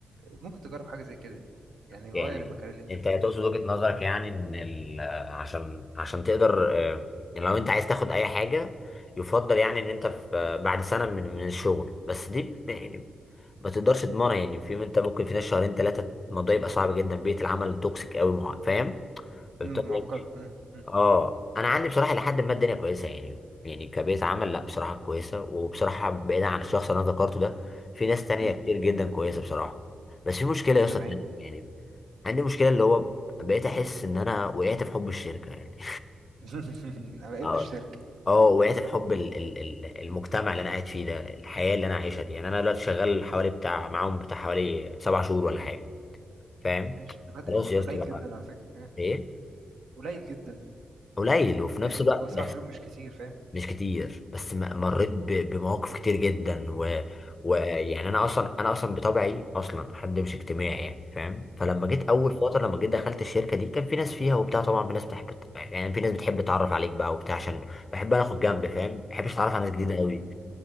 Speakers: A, on the right; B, on the left.
A: ممكن تجرب حاجة زي كده يعني يعني
B: يعني
A: غير المكان اللي انت
B: انت
A: فيه
B: تقصد وجهة
A: اه.
B: نظرك يعني ان ال... عشان عشان تقدر آه، لو انت عايز تاخد اي حاجة يفضل يعني ان انت في آه، بعد سنة من من الشغل بس دي ب- يعني ما تقدرش تضمنها يعني في انت ممكن في ناس شهرين ثلاثة الموضوع يبقى صعب جدا بيئة العمل توكسيك قوي مع- فاهم؟ فبالتالي-
A: امم معقدة
B: يعني
A: امم امم
B: اه انا عندي بصراحة لحد ما الدنيا كويسة يعني يعني كبيئة عمل لا بصراحة كويسة وبصراحة بعيدا عن الشخص اللي انا ذكرته ده في ناس تانية
A: امم.
B: كتير جدا كويسة بصراحة بس في مشكلة يا اسطى
A: تمام
B: تانية يعني عندي مشكلة اللي هو بقيت أحس إن أنا وقعت في حب الشركة يعني
A: <laughs> انا
B: <laughs> اه
A: ابن الشركة
B: اه وقعت في حب ال ال ال المجتمع اللي أنا قاعد فيه ده الحياة اللي أنا عايشها دي يعني أنا دلوقتي شغال حوالي بتاع معاهم بتاع حوالي سبع شهور ولا حاجة فاهم
A: ماشي ده بدري
B: خلاص
A: بدري
B: يا اسطى
A: قليل
B: بقى
A: جدا على فكرة اه.
B: إيه
A: قليل جدا
B: قليل وفي نفس
A: يعني
B: الوقت
A: هو سبع
B: بس
A: شهور مش كتير فاهم
B: مش كتير بس م- مريت ب- بمواقف كتير جدا و ويعني
A: امم
B: انا اصلا انا اصلا بطبعي اصلا حد مش اجتماعي يعني فاهم فلما جيت اول
A: امم
B: فتره لما جيت دخلت الشركه دي كان في ناس فيها وبتاع طبعا في ناس بتحب يعني في ناس بتحب تتعرف عليك بقى وبتاع عشان بحب انا اخد جنب فاهم ما بحبش اتعرف على ناس جديده
A: امم
B: قوي